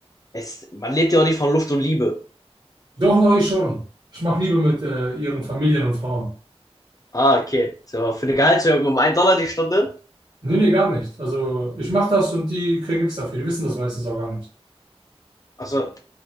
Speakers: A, on the left; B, on the right.
A: Es, man lebt ja auch nicht von Luft und Liebe.
B: Doch, doch, ich schon. Ich mache Liebe mit äh, ihren Familien und Frauen.
A: Ah, okay. So, für eine Gehaltserhöhung um einen Dollar die Stunde.
B: Nee, nee, gar nicht. Also ich mache das und die kriegen nichts dafür. Die wissen das meistens auch gar nicht.
A: Also,